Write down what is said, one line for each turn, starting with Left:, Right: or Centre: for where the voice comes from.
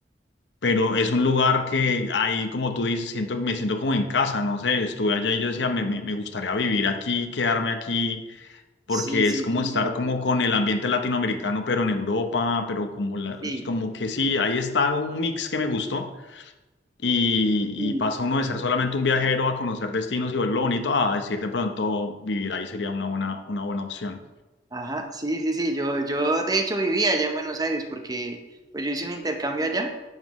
Left: pero es un lugar que ahí, como tú dices, siento, me siento como en casa, no sé, estuve allá y yo decía, me, me, me gustaría vivir aquí, quedarme aquí, porque
Right: sí, sí,
Left: es como
Right: sí,
Left: estar
Right: la verdad.
Left: como con el ambiente latinoamericano, pero en Europa, pero como, la,
Right: Sí,
Left: es como que sí, ahí está un mix que me gustó. Y, y
Right: sí,
Left: pasa uno de ser solamente un viajero a conocer destinos y ver lo bonito a decir de pronto vivir ahí sería una buena, una buena opción.
Right: ajá, sí, sí, sí. Yo, yo de hecho vivía allá en Buenos Aires porque pues yo hice un intercambio allá